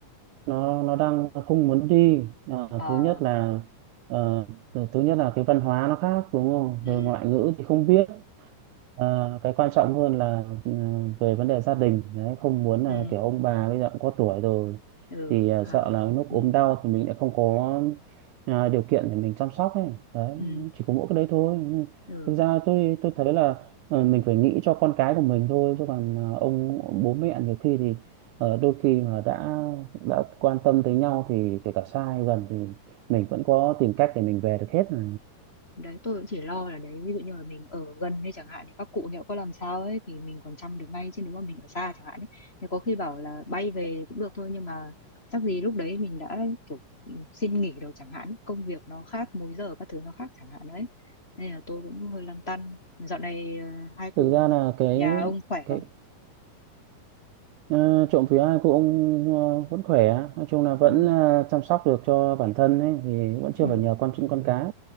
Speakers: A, on the right; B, on the left.
A: nó nó đang không muốn đi Ờ,
B: ờ
A: thứ nhất là ờ, thứ thứ nhất là cái văn hóa nó khác đúng không
B: ừ
A: rồi ngoại ngữ thì không biết À, cái quan trọng hơn là ừ, về vấn đề gia đình đấy, không muốn là
B: ừ
A: kiểu ông bà bây giờ cũng có tuổi rồi
B: ừ
A: thì à,
B: ha
A: sợ là lúc
B: ừ
A: ốm đau thì mình lại không có à, điều kiện để mình chăm sóc ấy đấy
B: ừ
A: chỉ có mỗi cái đấy thôi
B: ừ
A: thực ra tôi tôi thấy là ờ, mình phải nghĩ cho con cái của mình thôi chứ còn à, ông bố mẹ nhiều khi thì ờ, đôi khi mà đã đã quan tâm tới nhau thì kể cả xa hay gần thì mình vẫn có tìm cách để mình về được hết mà
B: đấy tôi cũng chỉ lo là đấy ví dụ như là mình ở gần hay chẳng hạn thì các cụ nhỡ có làm sao ấy thì mình còn chăm được ngay chứ nếu mà mình ở xa chẳng hạn ấy thì có khi bảo là bay về cũng được thôi nhưng mà chắc gì lúc đấy mình đã kiểu xin nghỉ đâu chẳng hạn công việc nó khác múi giờ các thứ nó khác chẳng hạn đấy nên là tôi cũng hơi lăn tăn dạo này ờ, hai cụ
A: thực ra là cái
B: nhà ông khỏe
A: cái
B: không
A: Ờ, trộm vía cô ông ờ, vẫn khỏe nói chung là vẫn
B: ừ
A: ờ, chăm sóc được cho bản thân ấy thì vẫn chưa
B: ừ
A: phải nhờ con chim con cái